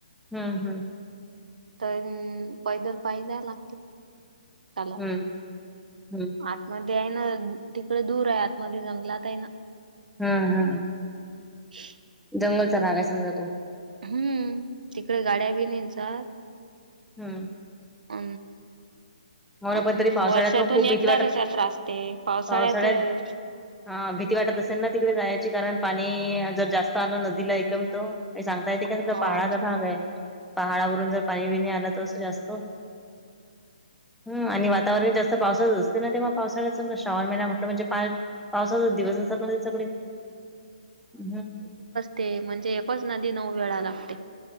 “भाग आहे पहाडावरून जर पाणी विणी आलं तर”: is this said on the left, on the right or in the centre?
Centre